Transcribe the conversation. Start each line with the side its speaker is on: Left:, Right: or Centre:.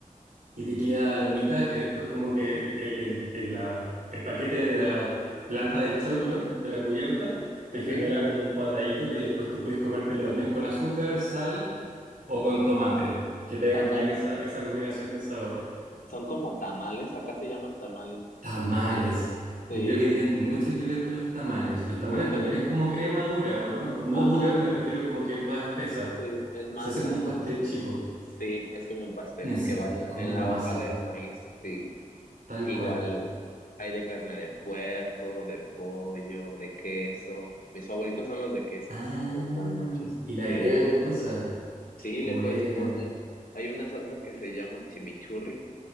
Right: y te queda la humita que después como que el, el, el, la- el paquete de la planta del choclo, de la cubierta, te
Left: ujú.
Right: genera como un cuadradito que después tú puedes comértelo también con azúcar, sal o con tomate, que pegan
Left: Ah, acá
Right: bien esa, esa combinación de sabores.
Left: son como tamales, acá se llaman tamales.
Right: Tamales.
Left: Sí,
Right: Yo creo que tienen mucho que ver con los tamales. Los tamales
Left: sí,
Right: también es como crema dura, ¿o no? Como no
Left: ajá,
Right: dura, me refiero como que es más espesa.
Left: sí, es masa
Right: Se hace como un
Left: como,
Right: pastel chico.
Left: sí, es como un pastel
Right: Eso,
Left: que va en
Right: es
Left: la,
Right: como
Left: en
Right: una
Left: la
Right: masa,
Left: hoja del maíz, sí.
Right: tal
Left: Igual
Right: cual.
Left: hay de carne de puerco, de pollo, de queso. Mis favoritos son los de queso.
Right: Ah,
Left: Me gustan muchos.
Right: y le
Left: Sí,
Right: agregan cosas.
Left: sí,
Right: Buena.
Left: le puedes poner. Hay una salsa que se llama chimichurri.